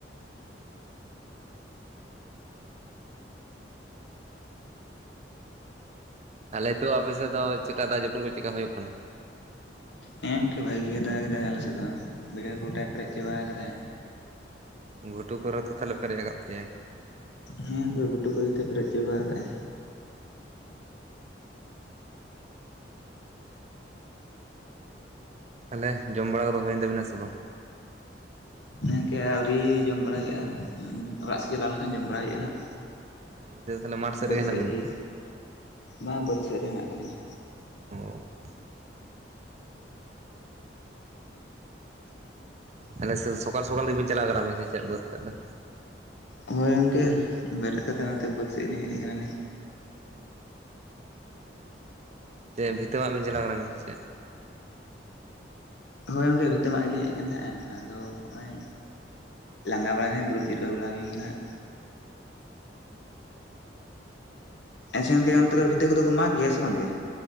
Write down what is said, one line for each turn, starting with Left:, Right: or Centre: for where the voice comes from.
Right: ᱦᱮᱸ ᱛᱟᱦᱚᱞᱮ ᱛᱚ ᱟᱯᱮᱥᱮᱫ ᱫᱚ ᱪᱮᱫᱠᱟ ᱫᱟᱜ ᱡᱟᱹᱯᱩᱫ ᱠᱚ ᱪᱮᱫᱠᱟ ᱦᱩᱭᱩᱜ ᱠᱟᱱᱟ
Left: ᱦᱮᱸ ᱜᱚᱢᱠᱮ ᱵᱷᱟᱹᱜᱤ ᱜᱮ ᱫᱟᱜ ᱠᱮᱫᱟᱭ ᱟᱞᱮᱥᱮᱫ ᱫᱚ ᱵᱟᱹᱭᱦᱟᱹᱲ ᱠᱚ ᱜᱚᱴᱟᱭ ᱯᱮᱨᱮᱡ ᱪᱟᱵᱟ ᱟᱠᱟᱫᱟᱭ
Right: ᱜᱷᱩᱴᱩ ᱠᱚᱨᱮ ᱛᱚ ᱛᱟᱦᱚᱞᱮ ᱯᱮᱨᱮᱡ ᱟᱠᱟᱫ ᱯᱮᱭᱟᱭ
Left: ᱦᱩᱸ ᱜᱮ ᱜᱷᱩᱴᱩ ᱠᱚᱨᱮ ᱫᱚᱭ ᱯᱮᱨᱮᱡ ᱪᱟᱵᱟ ᱟᱠᱟᱜᱼᱟᱭ
Right: ᱛᱟᱦᱚᱞᱮ ᱡᱚᱢ ᱵᱟᱲᱟ ᱠᱚᱫᱚ ᱦᱩᱭᱮᱱ ᱛᱟᱵᱤᱱᱟ ᱥᱮ ᱵᱟᱝ
Left: ᱦᱤᱱᱠᱮ ᱟᱣᱨᱤ ᱡᱚᱢ ᱵᱟᱲᱟ ᱦᱩᱭᱩᱜᱼᱟ ᱚᱲᱟᱜ ᱥᱮᱫ ᱪᱟᱞᱟᱣ ᱞᱮᱱᱠᱷᱟᱱ ᱡᱚᱢ ᱵᱟᱲᱟᱭ ᱦᱩᱭᱩᱜᱼᱟ ᱦᱟᱸᱜ
Right: ᱱᱤᱛᱚᱜ ᱫᱚ ᱛᱟᱦᱚᱞᱮ ᱢᱟᱴᱷ
Left: ᱵᱟᱹᱛ
Right: ᱨᱮᱜᱮ ᱦᱮᱱᱟᱜ
Left: ᱥᱮᱫ
Right: ᱵᱤᱱᱟ?
Left: ᱨᱮ ᱵᱟᱝ ᱵᱟᱹᱛ ᱥᱮᱫ ᱨᱮ ᱦᱮᱱᱟᱜ ᱠᱤᱱᱟ
Right: <unintelligible> ᱦᱟᱱᱮ ᱥᱮ ᱥᱚᱠᱟᱞ ᱥᱚᱠᱟᱞ ᱜᱮᱵᱤᱱ ᱪᱟᱞᱟᱣ ᱠᱟᱱᱟ ᱟᱵᱤᱱ ᱥᱮ ᱪᱮᱫ ᱵᱟᱹᱫ ᱥᱮᱫ ᱫᱚ
Left: ᱦᱳᱭ ᱜᱚᱝᱠᱮ ᱵᱮᱨᱮᱫ ᱠᱟᱛᱮᱫ ᱱᱚᱛᱮ ᱵᱟᱹᱛ ᱥᱮᱫ ᱜᱮᱞᱤᱧ ᱦᱮᱡ ᱟᱠᱟᱱᱟᱞᱤᱧ
Right: ᱦᱮᱸ ᱥᱮ ᱵᱷᱤᱛᱟᱹ ᱢᱟᱜ ᱵᱤᱱ ᱪᱟᱞᱟᱣ ᱠᱟᱱᱟ ᱥᱮ ᱪᱮᱫ
Left: ᱦᱳᱭ ᱜᱚᱝᱠᱮ ᱵᱷᱤᱛᱟᱹ ᱢᱟᱜ ᱜᱤᱧ ᱦᱮᱡ ᱟᱠᱟᱱ ᱛᱟᱦᱮᱫ-ᱟ ᱟᱫᱚ ᱱᱚᱜ-ᱚᱭ ᱞᱟᱸᱜᱟ ᱵᱟᱲᱟᱭ ᱱᱟᱹᱧ ᱫᱩᱲᱩᱵ ᱡᱤᱨᱟᱹᱣ ᱵᱟᱲᱟ ᱦᱩᱭᱟ ᱠᱟᱱᱟ ᱦᱟᱸᱜ ᱾ ᱟᱪᱪᱷᱟ ᱜᱚᱝᱠᱮ ᱚᱱᱛᱮ ᱨᱮ ᱵᱷᱤᱛᱟᱹ ᱠᱚᱫᱚ ᱠᱚ ᱢᱟᱜ ᱜᱮᱭᱟ ᱥᱮ ᱵᱟᱝᱜᱮ